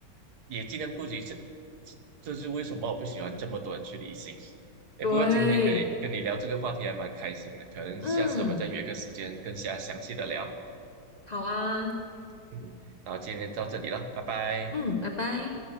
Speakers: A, on the right; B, on the left.
A: 也尽量顾及这，这是为什么我不喜欢这么多人去旅行。哎，
B: 对，
A: 不过今天跟你跟你聊这个话题还蛮开心的，可能下次我们再约个时间更加详细的聊。
B: 嗯，好啊，
A: 嗯，然后今天到这里了，拜拜。
B: 嗯，拜拜。